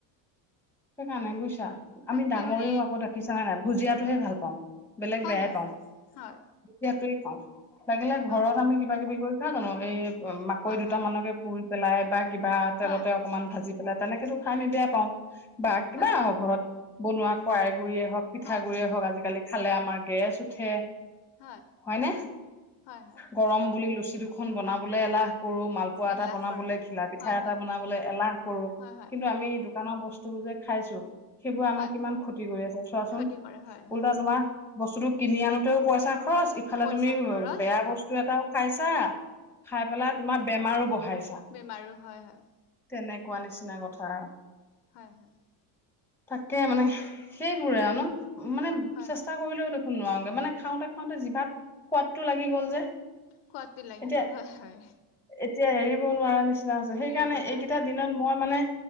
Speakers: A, in the centre; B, on the left.
A: সেইকাৰ নাই বুইছা
B: তাকে
A: আমি ডাঙৰেও
B: মানে
A: আকৌ ডাকিছা নাই ন' ভুজিয়াতটোহে ভাল পাওঁ। বেলেগ
B: হয়
A: বেয়াই
B: হয়
A: পাওঁ
B: হয়
A: এয়াটো লাগিলে
B: হয়
A: ঘৰত আমি কিবা কিবি কৰি খাওঁ জানো এই মাকৈ
B: হয়
A: দুটামানকে
B: হয়
A: পুৰি পেলাই বা কিবা তেলতে
B: হয়
A: অকনমান ভাজি পেলাই তেনেকেতো খাই আমি বেয়া পাওঁ। বা কিবা
B: হয় হয় হয়
A: আহক ঘৰত বনোৱা কৰাই গুৰিয়ে হওঁক, পিঠাগুৰিয়ে
B: হয়
A: হওঁক আজিকালি খালে আমাৰ গেছ উঠে,
B: হয় হয়
A: হয়নে?
B: হয় হয়
A: গৰম বুলি লুচিটো খন বনাবলৈ এলাহ কৰোঁ, মালপোৱা
B: এই
A: এটা
B: লাখ
A: বনাবলৈ,
B: কৰোঁ
A: ঘিলা পিঠা
B: হয়
A: এটা
B: হয়
A: বনাবলৈ এলাহ কৰোঁ
B: হয় হয়
A: কিন্তু আমি দোকানৰ বস্তু বস্তুবোৰ যে খাইছোঁ সেইবোৰ আমাক
B: হয়
A: কিমান ক্ষতি কৰি আছে চোৱাচোন,
B: ক্ষতি কৰে হয় হয়
A: উল্টা তোমাৰ বস্তুটো কিনি আনোতেও পইচা খৰচ। ইফালে
B: পইচা
A: তুমি
B: খৰচ
A: বেয়া বস্তু এটাও খাইছা, খাই পেলাই তোমাৰ বেমাৰো বঢ়াই
B: বেমাৰো হয়, হয়।
A: তেনেকুৱা নিচিনা কথা।
B: হয়, হয়।
A: তাকে মানে সেইবোৰে আৰু ন' মানে
B: হয়
A: চেষ্টা
B: হয়
A: কৰিলেও ত নোৱাৰোগে মানে খাওঁতে, খাওঁতে জিভাত সোৱাদটো লাগি গ'ল যে।
B: সোৱাদটো লাগি
A: এতিয়া,
B: গ'ল হয় হয়
A: এতিয়া হেৰি নো নোৱাৰা নিচিনা হৈছে সেইকাৰণে
B: এৰিব নোৱাৰা
A: এইকেইটা দিনত মই মানে